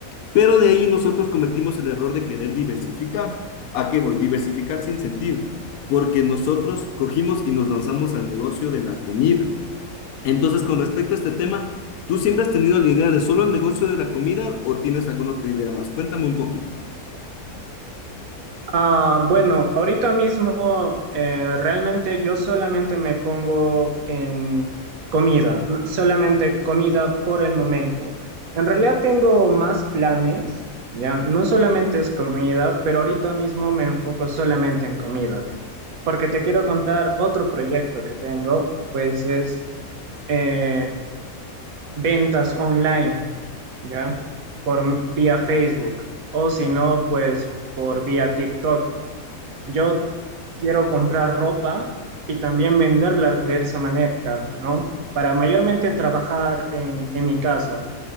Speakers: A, on the left; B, on the right.
A: Pero de ahí nosotros cometimos el error de querer diversificar. ¿A qué voy? Diversificar sin sentido porque nosotros cogimos y nos lanzamos al negocio de la comida. Entonces, con respecto a este tema, ¿tú siempre has tenido la idea de solo el negocio de la comida o tienes alguna otra idea más? Cuéntame un poquito.
B: Ah, bueno, ahorita mismo eh, realmente yo solamente me pongo en comida, n- solamente comida por el momento. En realidad tengo más planes, ya, no solamente es comida, pero ahorita mismo me enfoco solamente en comida, porque te quiero contar otro proyecto que tengo, pues es eh, ventas online, ya, por m- vía Facebook, o si no, pues por vía TikTok yo quiero comprar ropa y también venderla de esa manera, ¿no? Para mayormente trabajar en, en mi casa